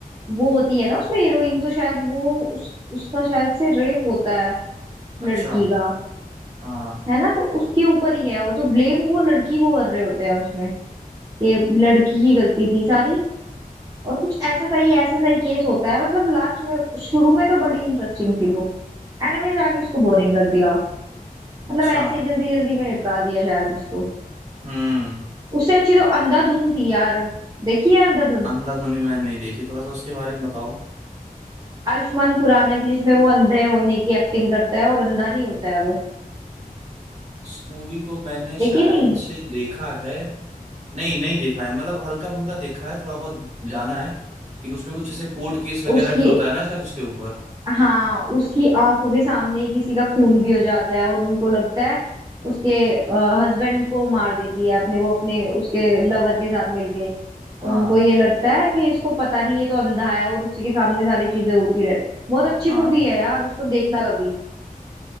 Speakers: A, on the right (about 25°); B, on the right (about 45°).
A: वो होती है ना उसमें हीरोइन तो शायद वो उस, उसका शायद से रेप होता है
B: अच्छा
A: लड़की का
B: हाँ
A: है ना तो उसके ऊपर ही है वो तो ब्लेम वो लड़की को कर रहे होते हैं उसमें कि लड़की की गलती थी सारी और कुछ ऐसा सही ऐसा सही केस होता है मतलब लास्ट में शुरू में तो बड़ी इंटरेस्टिंग थी वो एंड में जाके उसको बोरिंग कर दिया मतलब
B: अच्छा
A: ऐसे ही जल्दी जल्दी में निपटा दिया शायद उसको
B: हम्म
A: उससे अच्छी तो अंधाधुन थी यार देखी है अंधाधुन
B: अंधाधुन भी मैंने नहीं देखी थोड़ा सा उसके बारे में बताओ
A: आयुष्मान खुराना की जिसमें वो अंधे होने की एक्टिंग करता है और अंधा नहीं होता है वो
B: इस मूवी को मैंने शायद
A: देखिए नहीं
B: से देखा है नहीं नहीं देखा है मतलब हल्का फुल्का देखा है थोड़ा बहुत जाना है कि उसमें कुछ जैसे कोर्ट केस वगैरह
A: उसकी
B: भी होता है ना शायद उसके ऊपर
A: हाँ उसकी आंखों के सामने ही किसी का खून भी हो जाता है और उनको लगता है उसके हस्बैंड को मार देती है अपने वो अपने उसके लवर के साथ मिलके तो
B: हाँ
A: उनको ये लगता है कि इसको पता नहीं ये तो अंधा है और उसी के सामने सारी चीजें होती रहती बहुत अच्छी
B: हाँ
A: मूवी है यार उसको देखना कभी